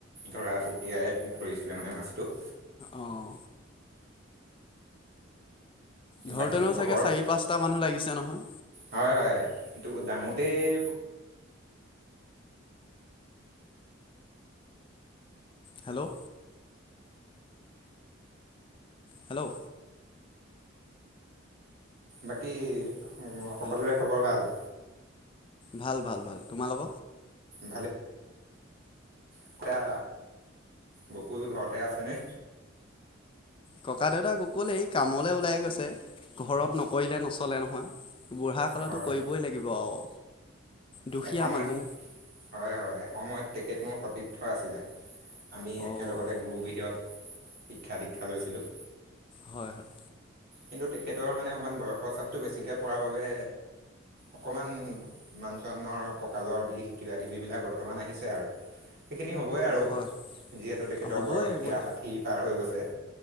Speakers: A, on the right (about 55°); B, on the left (about 25°).
A: ধৰা প্ৰক্ৰিয়াই ধৰিছিলে মানে মাছটো
B: অঁ ধৰোঁতেনো
A: বাকী খবৰ
B: চাগে চাৰি পাঁচটা মানুহ লাগিছে নহয়
A: হয় হয় সেটো ডাঙোতেই
B: হেল্ল' হেল্ল'
A: বাকী সকলোৰে
B: হেল্ল'
A: খবৰ ভাল
B: ভাল ভাল ভাল তোমালোক
A: ভালে এতিয়া গকুল ঘৰতে আছে নে
B: ককা দেউতাক গকুল এই কামলে ওলাই গৈছে ঘৰত নকৰিলে নচলে নহয় বুঢ়া কালতো
A: হয়
B: কৰিবই লাগিব আৰু দুখীয়া
A: এসময়ত
B: মানুহ
A: হয় হয় এসময়ত তেখেত মোৰ সতীৰ্থ আছিলে আমি
B: অঁ
A: একেলগতে গুৰুগৃহত শিক্ষা দীক্ষা লৈছিলোঁ
B: হয় হয়
A: কিন্তু তেখেতৰ মানে অকমান বয়সৰ চাপটো বেছিকে পৰাৰ বাবে অকণমান মানুহজনৰ কঁকালৰ বিষ কিবাকিবিবিলাক বৰ্তমান আহিছে আৰু সেইখিনি হ'বই আৰু
B: অঁ হয়
A: যিহেতু তেখেতৰ
B: হ'বই
A: বয়স
B: হ'বই
A: এতিয়া ষাঠি পাৰ হৈ গৈছে